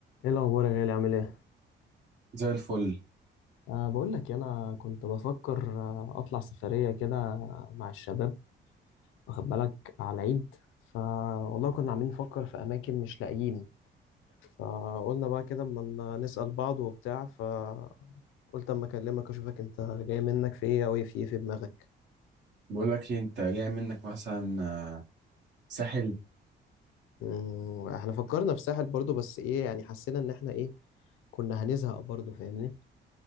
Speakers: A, on the left; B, on the right.
A: ايه الاخبار يا غالي عامل ايه
B: زي الفل
A: أه بقول لك إيه، انا كنت بفكر آه، اطلع سفريه كده مع الشباب واخد بالك على العيد ف والله كنا عاملين نفكر في اماكن مش لاقيين فقلنا بقى كده اما ن- نسال بعض وبتاع فقلت اما اكلمك اشوفك انت جاي منك في ايه او ايه في ايه في دماغك
B: بقول لك ايه انت جاي منك مثلا آه، ساحل
A: مم، احنا فكرنا في ساحل برضو بس ايه يعني حسينا ان احنا ايه كنا هنزهق برضو فاهمني